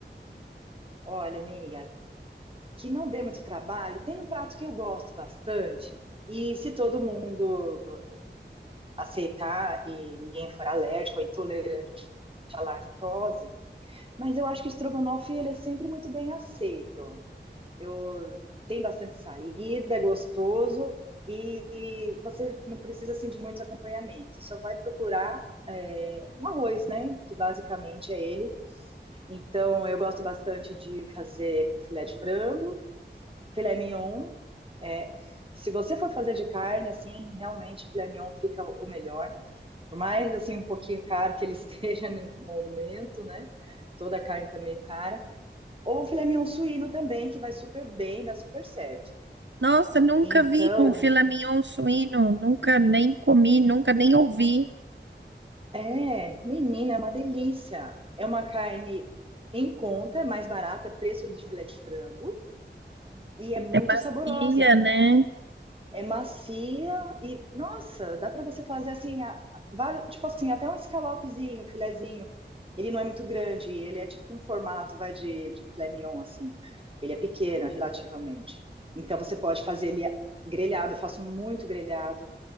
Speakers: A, on the right (about 30°); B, on the right (about 75°).
A: Olha, amiga, que não dê muito trabalho, tem um prato que eu gosto bastante. E se todo mundo aceitar e ninguém for alérgico ou intolerante à lactose, mas eu acho que o estrogonofe ele é sempre muito bem aceito. Eu tem bastante saída, é gostoso e, e você não precisa assim de muitos acompanhamentos. Você só vai procurar é, um arroz, né? Que basicamente é ele Então, eu gosto bastante de fazer com filé de frango, filé mignon. É, se você for fazer de carne, assim, realmente filé mignon fica o melhor. Por mais, assim, um pouquinho caro que ele <laughs> esteja no momento, né? Toda a carne tá meio cara. Ou filé mignon suíno também, que vai super bem, dá super certo.
B: Nossa, nunca
A: Então,
B: vi com filé mignon suíno, nunca nem comi, nunca nem ouvi.
A: é, menina, é uma delícia. É uma carne em conta, é mais barata, é preço de filé de frango e é muito
B: É macia,
A: saborosa.
B: né?
A: é macia e, nossa, dá para você fazer assim, a- vários- tipo assim, até um escalopezinho, um filezinho. Ele não é muito grande, ele é tipo um formato, vai de, de filé mignon, assim. Ele é pequeno, relativamente. Então você pode fazer ele grelhado, eu faço muito grelhado.